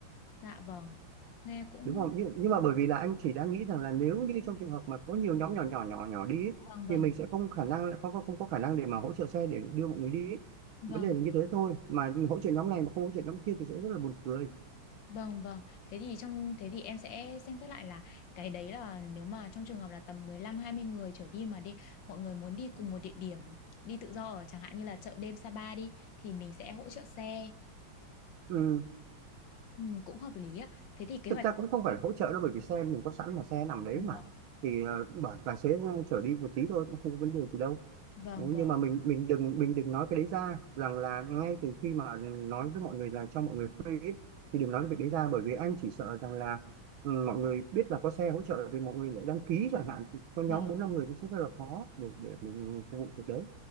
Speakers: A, on the left (about 70°); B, on the right (about 80°).
A: Dạ vâng. Nghe cũng
B: đúng không nhưng, nhưng mà bởi vì là anh chỉ đang nghĩ rằng là nếu như trong trường hợp mà có nhiều nhóm nhỏ nhỏ nhỏ nhỏ đi ấy,
A: vâng vâng.
B: thì mình sẽ không khả năng không có không có khả năng để mà hỗ trợ xe để đưa mọi người đi ấy.
A: Vâng.
B: vấn đề là như thế thôi mà hỗ trợ nhóm này mà không hỗ trợ nhóm kia thì sẽ rất là buồn cười
A: Vâng vâng, thế thì trong thế thì em sẽ xem xét lại là cái đấy là nếu mà trong trường hợp là tầm mười lăm hai mươi người trở đi mà đi mọi người muốn đi cùng một địa điểm đi tự do ở chẳng hạn như là chợ đêm Sapa đi thì mình sẽ hỗ trợ xe.
B: ừ.
A: Ừ, cũng hợp lý á. Thế thì kế
B: thực
A: hoạch
B: ra cũng không phải là hỗ trợ đâu bởi vì xe mình có sẵn mà xe nằm đấy
A: Vâng
B: mà
A: vâng
B: thì ờ, bảo tài xế ờ, chở đi một tí thôi cũng không có vấn đề gì đâu
A: vâng
B: Đấy,
A: vâng,
B: nhưng mà mình mình đừng mình đừng nói cái đấy ra rằng là ngay từ khi mà nói với mọi người là cho mọi người free ấy, thì đừng nói cái việc đấy ra bởi vì anh chỉ sợ rằng là ừ, mọi người biết là có xe hỗ trợ thì mọi người lại đăng ký chẳng hạn thì có nhóm
A: vâng.
B: bốn năm người thì sẽ rất là khó để để mình phục vụ việc đấy